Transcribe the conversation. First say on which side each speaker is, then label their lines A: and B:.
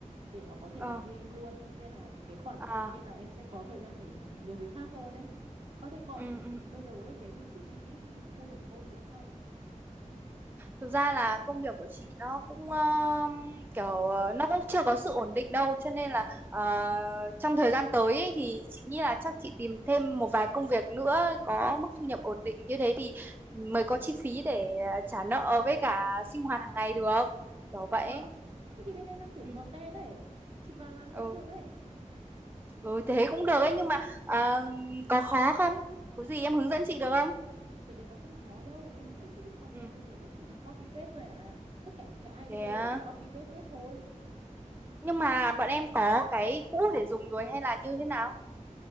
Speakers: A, on the right; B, on the right.
A: để nó có thể
B: ờ,
A: làm như em luôn. Nên là cái khoản
B: à
A: nên là em sẽ có thời gian để làm nhiều việc khác hơn ấy. có thế còn
B: ừ ừ ừ.
A: bây giờ ấy cái việc của chị ấy thì thu nhập được có ổn định không?
B: Thực ra là công việc của chị nó cũng um, kiểu ờ, nó cũng chưa có sự ổn định đâu cho nên là ờ, trong thời gian tới ấy, thì chị nghĩ là chắc chị tìm thêm một vài công việc nữa có mức thu nhập ổn định như thế thì mới có chi phí để ờ, trả nợ với cả sinh hoạt hàng ngày được. Kiểu vậy
A: Ơ,
B: ấy.
A: thế thì bên em đang tuyển
B: Ừ.
A: content ấy. Chị vào làm luôn
B: Ừ.
A: được ấy.
B: ừ thế cũng được ấy nhưng mà ờ, có khó không? Có gì em hướng dẫn chị được không?
A: Cái đấy nó không khó đâu. Em thấy cái đứa content
B: Ừ.
A: bây giờ nó chỉ đang copy paste thôi à. Tất cả những cái
B: Thế
A: idea
B: à.
A: bây giờ là copy paste hết thôi.
B: nhưng mà bọn em có cái cũ để dùng rồi hay là như thế nào?